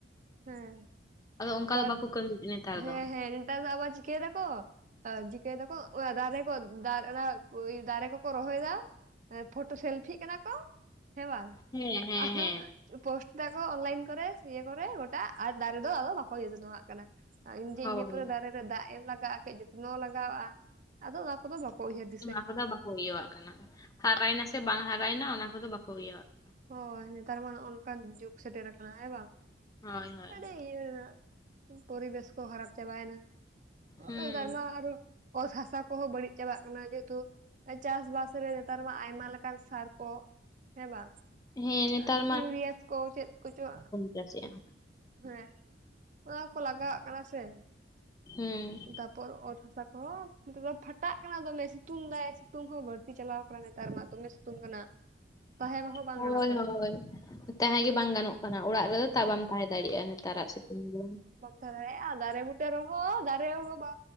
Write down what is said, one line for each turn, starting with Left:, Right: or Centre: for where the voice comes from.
Right: ᱦᱮᱸ
Left: ᱟᱫᱚ ᱚᱱᱠᱟ
Right: ᱟᱵᱟᱨ
Left: ᱫᱚ ᱵᱟᱠᱚ ᱠᱟᱹᱢᱤᱭᱮᱫ ᱱᱮᱛᱟᱨ
Right: ᱦᱮᱸ
Left: ᱫᱚ
Right: ᱦᱮᱸ ᱱᱮᱛᱟᱨ ᱫᱚ ᱟᱵᱟᱨ ᱪᱤᱠᱟᱹᱭ ᱫᱟᱼᱼ ᱠᱚ ᱚ ᱪᱤᱠᱟᱹᱭ ᱫᱟᱠᱚ ᱚᱱᱟ ᱫᱟᱨᱮ ᱠᱚ ᱩᱸᱜ ᱫᱟᱨᱮ ᱚᱱᱟ ᱠᱩ ᱤᱭ ᱫᱟᱨᱮ ᱠᱚᱠᱚ ᱨᱚᱦᱚᱭ ᱫᱟ᱾ ᱮ ᱯᱷᱚᱴᱚ ᱥᱮᱞᱯᱷᱤᱜ ᱠᱟᱱᱟ ᱠᱚ ᱦᱮᱸ ᱵᱟᱝ᱾
Left: ᱦᱮᱸ ᱦᱮᱸ
Right: ᱟ ᱦᱚ
Left: ᱦᱮᱸ
Right: ᱪᱚ ᱯᱳᱥᱴ ᱫᱟᱠᱚ ᱚᱱᱞᱟᱭᱤᱱ ᱠᱚᱨᱮ ᱤᱭᱟᱹ ᱠᱚᱨᱮ ᱣᱟᱴᱼᱼ ᱫᱟᱜ ᱟᱨ ᱫᱟᱨᱮ ᱫᱚ ᱟᱫᱚ ᱵᱟᱠᱚ ᱡᱚ ᱡᱚᱛᱚᱱᱟᱜ ᱠᱟᱱᱟ ᱟᱸ ᱡᱮ
Left: ᱦᱳᱭ
Right: ᱤᱱᱟᱹ ᱯᱚᱨᱮ ᱫᱟᱨᱮᱼᱼ ᱨᱮ ᱫᱟᱜ ᱮᱢ ᱞᱟᱜᱟᱜ-ᱟ ᱠᱟᱹᱡ ᱡᱚᱛᱱᱚ ᱞᱟᱜᱟᱜ-ᱟ᱾ ᱟᱫᱚ ᱚᱱᱟ ᱠᱚᱫᱚ ᱵᱟᱠᱚ ᱩᱭᱦᱟᱹᱨ ᱫᱟ᱾
Left: ᱚᱱᱟ ᱠᱚᱫᱚ ᱵᱟᱠᱚ ᱤᱭᱟᱹ ᱣᱟᱜ ᱠᱟᱱᱟ ᱦᱟᱨᱟᱭ ᱱᱟ ᱥᱮ ᱵᱟᱝ ᱦᱟᱨᱟᱭ ᱱᱟ ᱚᱱᱟ ᱠᱚᱫᱚ ᱵᱟᱠᱚ ᱤᱭᱟᱹ ᱣᱟᱜ ᱠᱟᱱᱟ᱾
Right: ᱦᱚᱭ ᱱᱮᱛᱟᱨ ᱢᱟ ᱱᱚᱜ ᱚᱱᱠᱟᱱ ᱡᱩᱜᱽ ᱥᱮᱴᱮᱨ ᱟᱠᱟᱱᱟ ᱦᱮᱸ ᱵᱟᱝ᱾
Left: ᱦᱳᱭ ᱦᱳᱭ᱾
Right: ᱟᱹᱰᱤ ᱤᱭᱟᱹ ᱨᱮᱱᱟᱜ ᱠᱚ ᱯᱚᱨᱤᱵᱮᱥ ᱠᱚ ᱠᱷᱟᱨᱟᱯ ᱪᱟᱵᱟᱭ ᱱᱟ ᱚᱜ
Left: ᱦᱩᱸ
Right: ᱱᱮᱛᱟᱨ ᱢᱟ ᱟᱨᱚᱼᱼ ᱚᱛ ᱦᱟᱥᱟ ᱠᱚᱦᱚᱸ ᱵᱟᱹᱲᱤᱡ ᱪᱟᱵᱟᱜ ᱠᱟᱱᱟ ᱡᱮᱦᱮᱛᱩ ᱮ ᱪᱟᱥᱼᱵᱟᱥ ᱨᱮ ᱱᱮᱛᱟᱨ ᱢᱟ ᱟᱭᱢᱟ ᱞᱮᱠᱼᱼ ᱠᱟᱞ ᱥᱟᱨ ᱠᱚ ᱦᱮᱸ ᱵᱟᱝ
Left: ᱦᱮᱸ ᱱᱮᱛᱟᱨ
Right: ᱟ ᱭᱩᱨᱤᱭᱟ ᱠᱚ ᱪᱮᱫ ᱠᱚᱪᱚᱼᱼ
Left: ᱪᱟᱥᱮᱜ-ᱟ᱾
Right: ᱦᱮᱸ ᱚᱱᱟ ᱠᱚ ᱞᱟᱜᱟᱣᱟᱜ ᱠᱟᱱᱟ ᱥᱮ᱾
Left: ᱦᱩᱸ᱾
Right: ᱛᱟᱯᱚᱨ ᱚᱛ ᱦᱟᱥᱟ ᱠᱚᱦᱚᱸ ᱱᱤᱛᱚᱜ ᱫᱚ ᱯᱷᱟᱴᱟᱜ ᱠᱟᱱᱟ ᱫᱚᱢᱮᱭ ᱥᱤᱛᱩᱝ ᱫᱟᱭ ᱥᱤᱛᱩᱝ ᱦᱚᱸ ᱵᱟᱹᱲᱼᱼ ᱛᱤ ᱪᱟᱞᱟᱣ ᱠᱟᱱᱟ ᱱᱮᱛᱟᱨ ᱢᱟ ᱫᱚᱢᱮ ᱥᱤᱛᱩᱝ ᱠᱟᱱᱟ ᱛᱟᱦᱮᱸ ᱨᱮᱦᱚᱸ ᱵᱟᱝ
Left: ᱦᱳᱭ
Right: ᱜᱟᱱᱚᱜ ᱠᱟᱱᱟ᱾
Left: ᱦᱳᱭ ᱛᱟᱦᱮᱸ ᱜᱮ ᱵᱟᱝ
Right: ᱦᱮᱸ
Left: ᱜᱟᱱᱚᱜ ᱠᱟᱱᱟ ᱚᱲᱟᱜ ᱨᱮᱫᱚ
Right: ᱦᱮᱸ
Left: ᱛᱟᱣ ᱵᱟᱢ ᱛᱟᱦᱮᱸ ᱫᱟᱲᱤᱜ-ᱟ ᱱᱮᱛᱟᱨᱟᱜ ᱥᱤᱛᱩᱝ ᱫᱚ᱾
Right: ᱛᱟᱸᱦᱮ ᱫᱟᱲᱮᱭᱟᱜ-ᱟ ᱫᱟᱨᱮ ᱵᱩᱴᱟᱹ ᱨᱮᱦᱚᱸ ᱫᱟᱨᱮ ᱦᱚᱸ ᱵᱟ᱾